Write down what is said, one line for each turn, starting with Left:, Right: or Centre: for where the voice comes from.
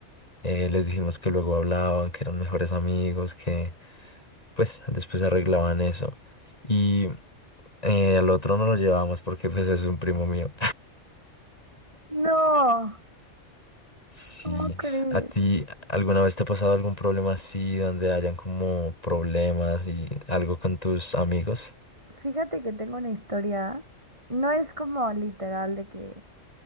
Left: eh, les dijimos que luego hablaban, que eran mejores amigos, que pues después arreglaban eso. Y eh, al otro no lo llevamos porque pues es un primo mío.
Right: No,
Left: Sí,
Right: ¿cómo crees?
Left: ¿a ti alguna vez te ha pasado algún problema así, donde hayan como problemas y algo con tus amigos?
Right: Fíjate que tengo una historia. No es como literal de que